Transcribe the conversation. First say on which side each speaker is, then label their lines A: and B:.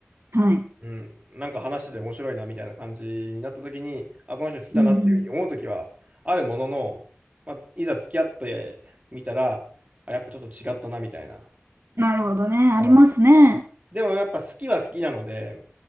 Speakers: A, on the right; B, on the right.
A: はい。
B: うん。なんか話してて面白いな、みたいな感じになったときに、あ、この人好きだなっていう風に思うときは、
A: うんうん。
B: あるものの、まあ、いざ付き合ってみたら、あ、やっぱちょっと違ったな、みたいな。
A: なるほどね。ありますね。
B: はい。でも、やっぱ好きは好きなので、